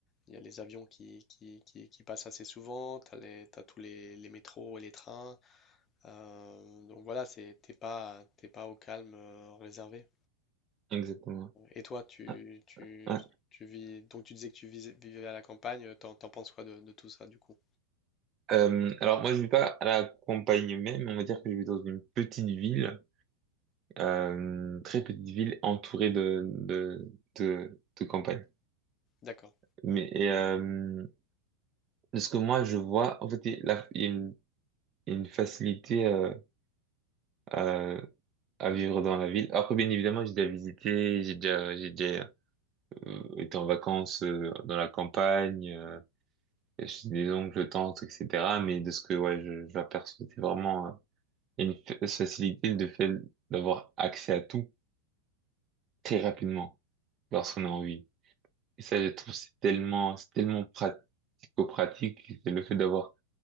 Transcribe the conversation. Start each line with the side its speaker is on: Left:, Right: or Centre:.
Left: il y a les avions qui, qui, qui, qui passent assez souvent, tu as, t'as tous les, les métros et les trains. Euh, donc voilà, c'est, t'es pas, t'es pas au calme euh, réservé.
Right: exactement.
Left: Et toi, tu,
Right: Ouais,
Left: tu,
Right: ouais.
Left: tu vis, donc tu disais que tu vis- vivais à la campagne, t'en, t'en penses quoi de, de tout ça du coup?
Right: Euh, alors moi je vis pas à la campagne même, on va dire que je vis dans une petite ville, euh, très petite ville entourée de de de, de campagne.
Left: D'accord.
Right: Mais et, euh, de ce que moi je vois, en fait il y a la- il y a une, il y a une facilité euh, à, à vivre dans la ville. Après bien évidemment j'ai déjà visité, j'ai déjà j'ai déjà euh, été en vacances euh, dans la campagne. euh, j'ai des oncles, tantes, etc. Mais de ce que ouais, je- j'aperçois, c'est vraiment euh, une fa- facilité de fait d'avoir accès à tout très rapidement lorsqu'on a envie. Et ça, je trouve, c'est tellement, c'est tellement pratico-pratique. C'est le fait d'avoir